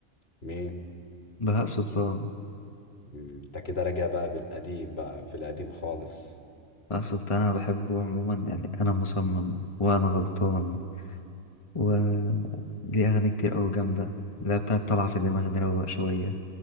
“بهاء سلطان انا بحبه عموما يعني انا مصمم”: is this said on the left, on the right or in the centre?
Left